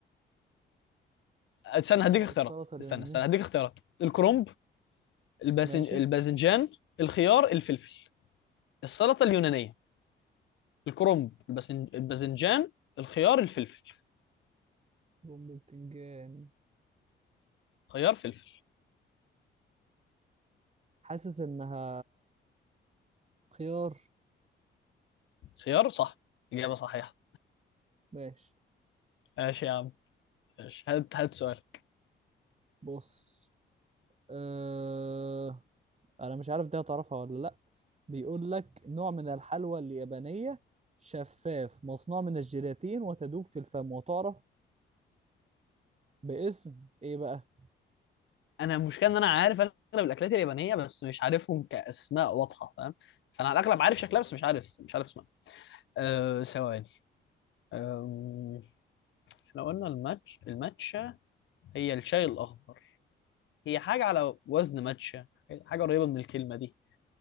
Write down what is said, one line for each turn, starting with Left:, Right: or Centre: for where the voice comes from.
Left: <applause> استنى هديك
Right: طبق
Left: اختيارات
Right: السلطه اليوناني
Left: استنى استنى هديك اختيارات الكرنب الباذن
Right: ماشي
Left: الباذنجان الخيار الفلفل السلطه اليونانيه الكرنب الباذن الباذنجان الخيار الفلفل
Right: بوم بتنجان
Left: خيار فلفل
Right: حاسس انها خيار
Left: خيار صح اجابه صحيحه
Right: ماشي
Left: ماشي يا عم ماشي هات هات سؤال
Right: بص اه... انا مش عارف دي هتعرفها ولا لا بيقول لك نوع من الحلوى اليابانيه شفاف مصنوع من الجيلاتين وتدوب في الفم وتعرف باسم ايه بقى
Left: انا المشكله ان انا عارف اغلب الاكلات اليابانيه بس مش عارفهم كاسماء واضحه فاهم فانا على الاغلب عارف شكلها بس مش عارف مش عارف اسمها أه ثواني أم... احنا قلنا الماتش الماتشا هي الشاي الأخضر هي حاجة على وزن ماتشا حاجة قريبة من الكلمة دي